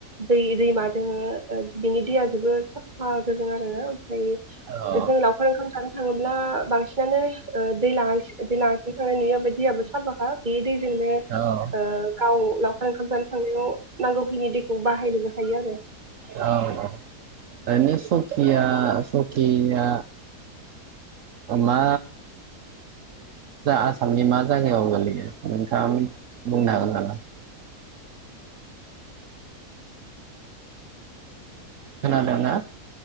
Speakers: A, on the right (about 30°); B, on the right (about 60°).
A: दै दैमा दोङो बिनि दैया जोबोर साफा गोजों आरो ओमफ्राय
B: औ
A: जों लावखार ओंखाम जानो थाङोब्ला बांसिनानो दै दैलांसि थांनाय नुयो दैयाबो साफाखा बे दै जोंनो
B: औ
A: गाव लावखार ओंखाम जानो थांनायाव नांगौखिनि दैखौ बाहायनोबो हायो आरो।
B: औ औ ओरैनो सकिया सकिया मा आसामनि मा जायगायाव गोल्लैयो नोंथाङा बुंनो हागोन नामा खोनादोंना?